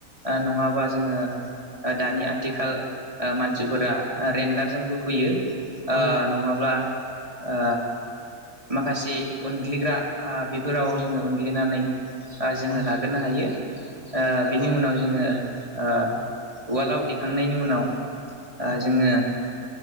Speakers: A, on the right; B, on the right.
A: ओ नङाबा जोङो ओ दानि आथिखाल ओ मानसिफोरा ओ रेन्डारजोंबो हुयो ओ
B: औ
A: नङाब्ला‌ ओ माखासे उनग्लिग्रा आ बेफोराव
B: औ
A: जोङो उनग्लिनानै आ जोङो
B: औ
A: लागोनो हायो ओ बिनि
B: नोंथां
A: उनाव जोङो ओ उवालाव देखांनायनि उनाव आ
B: औ नोंथां औ
A: जोङो